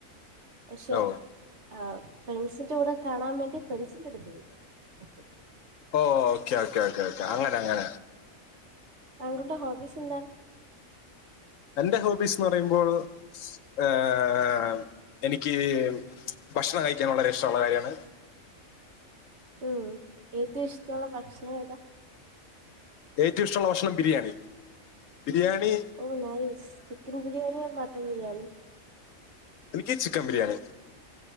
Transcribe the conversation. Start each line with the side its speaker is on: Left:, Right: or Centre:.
Right: പശെ
Left: ഓ
Right: ആഹ് ഫ്രണ്ട്സിന്റെ കൂടെ കാണാൻ വേണ്ടി ഫ്രണ്ട്സിൻ്റടുത്ത് പോയിട്ടു ഒറ്റക്ക്.
Left: ഓഹ് ഓക്കെ, ഓക്കെ, ഓക്കെ, ഓക്കെ. അങ്ങനെ അങ്ങനെ.
Right: താങ്കളുടെ ഹോബീസെന്താണ്?
Left: എൻ്റെ ഹോബീസ് പറയുമ്പോൾ ഏഹ് എനിക്ക് ഭക്ഷണം കഴിക്കാൻ വളരെ ഇഷ്ടള്ള കാര്യമാണ്
Right: മ് ഏറ്റൊഷ്ടള്ള ഭക്ഷണേതാ?
Left: ഏറ്റവു ഇഷ്ടള്ള ഭക്ഷണം ബിരിയാണി. ബിരിയാണീ
Right: ഓഹ് nice chicken biryani or mutton biryani.
Left: ഇനിക്ക് ചിക്കബിരിയാണി.